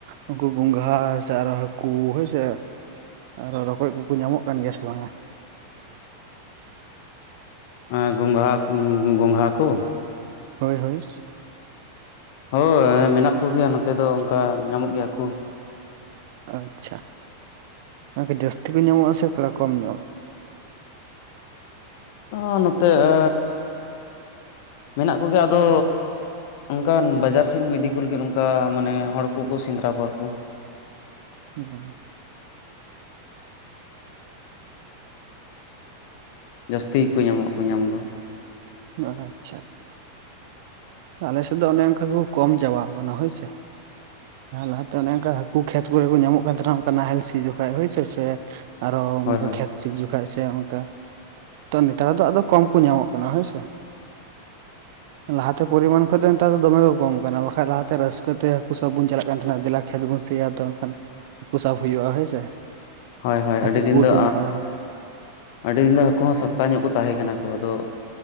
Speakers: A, on the right; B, on the left.
A: ᱩᱝᱠᱩ ᱜᱚᱝᱜᱷᱟ ᱦᱮᱥᱮ ᱟᱨᱦᱳ ᱦᱟᱹᱠᱩ ᱦᱳᱭᱥᱮ᱾ ᱟᱨᱚ ᱨᱚᱠᱚᱡ ᱠᱚᱠᱚ ᱧᱟᱢᱚᱜ ᱠᱟᱱ ᱜᱮᱭᱟ ᱥᱮ ᱵᱟᱝᱟ?
B: ᱟᱸ ᱜᱚᱝᱜᱷᱟ ᱩᱸ ᱜᱚᱝᱜᱷᱟ ᱠᱚ?
A: ᱦᱳᱭ ᱦᱳᱭ
B: ᱦᱳᱭ ᱢᱮᱱᱟᱜ ᱠᱚᱜᱮᱭᱟ ᱱᱚᱛᱮ ᱫᱚ ᱚᱝᱠᱟ ᱧᱟᱢᱚᱜ ᱜᱮᱭᱟ ᱠᱚ᱾
A: ᱟᱪᱪᱷᱟ <unintelligible> ᱡᱟᱹᱥᱛᱤ ᱠᱚ ᱧᱟᱢᱚᱜᱼᱟ ᱥᱮ ᱛᱷᱚᱲᱟ ᱠᱚᱢ ᱧᱚᱜ?
B: ᱚ ᱱᱚᱛᱮ ᱮ ᱢᱮᱱᱟᱜ ᱠᱚᱜᱮᱭᱟ ᱟᱫᱚ ᱚᱝᱠᱟᱱ ᱵᱟᱡᱟᱨ ᱥᱤᱱ ᱠᱚ ᱤᱫᱤ ᱠᱚ ᱞᱟᱹᱜᱤᱫ ᱚᱱᱠᱟ ᱢᱟᱱᱮ ᱦᱚᱲ ᱠᱚᱠᱚ ᱥᱮᱸᱫᱽᱨᱟ ᱠᱚᱣᱟ ᱠᱚ᱾
A: <unintelligible>
B: ᱡᱟᱹᱥᱛᱤ ᱜᱮᱠᱚ ᱧᱟᱢᱚᱜᱼᱟ ᱧᱟᱢ ᱫᱚ᱾
A: ᱟᱪᱪᱷᱟ᱾ ᱟᱞᱮᱥᱮᱫ ᱫᱚ ᱚᱱᱮ ᱚᱝᱠᱟ ᱠᱚ ᱠᱚᱢ ᱪᱟᱵᱟ‌ᱣ ᱠᱟᱱᱟ ᱦᱳᱭ ᱥᱮ, ᱞᱟᱦᱟᱛᱮ ᱚᱱᱮ ᱚᱝᱠᱟ ᱩᱝᱠᱩ ᱠᱷᱮᱛ ᱠᱚᱨᱮ ᱠᱚ ᱧᱟᱢᱚᱜ ᱠᱟᱱ ᱛᱟᱸᱦᱮᱱᱟ ᱚᱱᱠᱟ ᱱᱟᱦᱮᱞ ᱥᱤ ᱡᱚᱠᱷᱟᱪ ᱦᱳᱭᱥᱮ ᱟᱨᱚ
B: ᱦᱳᱭ
A: ᱚᱝᱠᱟ
B: ᱦᱳᱭ
A: ᱠᱷᱮᱛ ᱥᱤ ᱡᱚᱠᱷᱟᱪ ᱥᱮ ᱚᱝᱠᱟ ᱛᱚ ᱱᱮᱛᱟᱨ ᱫᱚ ᱟᱫᱚ ᱠᱚᱢ ᱠᱚ ᱧᱟᱢᱚᱜ ᱠᱟᱱᱟ ᱦᱳᱭᱥᱮ᱾ ᱞᱟᱦᱟᱛᱮ ᱯᱚᱨᱤᱢᱟᱱ ᱠᱷᱚᱡᱽ ᱫᱚ ᱱᱮᱛᱟᱨ ᱫᱚᱢᱮ ᱠᱚ ᱠᱚᱢ ᱠᱟᱱᱟ ᱵᱟᱠᱷᱟᱱ ᱞᱟᱦᱟᱛᱮ ᱨᱟᱹᱥᱠᱟᱹ ᱛᱮ ᱦᱟᱹᱠᱩ ᱥᱟᱵᱽ ᱵᱚᱱ ᱪᱟᱞᱟᱜ ᱠᱟᱱ ᱛᱟᱦᱮᱱᱟ ᱫᱮᱞᱟ ᱠᱷᱮᱛ ᱵᱟ. ᱫ ᱥᱤᱭᱟ ᱟᱫᱚ ᱮᱱᱠᱷᱟᱱ ᱦᱟᱹᱠᱩ ᱥᱟᱵ ᱦᱩᱭᱩᱜᱼᱟ ᱦᱳᱭ ᱥᱮ,
B: ᱦᱳᱭ ᱦᱳᱭ
A: ᱦᱟᱹᱠᱩ
B: ᱟᱹᱰᱤ ᱫᱤᱱ
A: ᱠᱚ ᱩᱰᱩᱝᱚᱜᱼᱟ
B: ᱫᱚ ᱟᱹᱰᱤ ᱫᱤᱱ ᱫᱚ ᱦᱟᱹᱠᱩ ᱦᱚᱸ ᱥᱟᱯᱛᱟ ᱧᱚᱜ ᱠᱚ ᱛᱟᱦᱮᱸ ᱠᱟᱱᱟ ᱠᱚ ᱟᱫᱚ